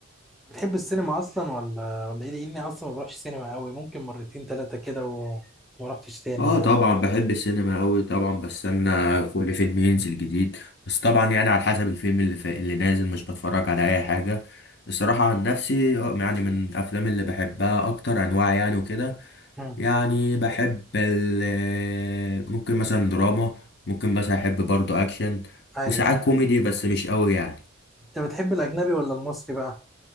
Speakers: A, in the centre; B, on the left.
A: بتحب السينما أصلا ولا ولا إيه لأني أصلا ما بروحش سينما قوي ممكن مرتين تلاتة كده و- وما رحتش تاني
B: اه
A: يعني
B: طبعا بحب السينما قوي طبعا بستنى كل فيلم ينزل جديد بس طبعا يعني على حسب الفيلم اللي ف... اللي نازل مش بتفرج على اي حاجه الصراحه عن نفسي آه، يعني من الافلام اللي بحبها اكتر انواع يعني وكده
A: مم.
B: يعني بحب ال... ممكن مثلا دراما ممكن مثلا احب برضو اكشن
A: أيوه
B: وساعات كوميدي بس مش قوي يعني
A: أنت بتحب الأجنبي ولا المصري بقى؟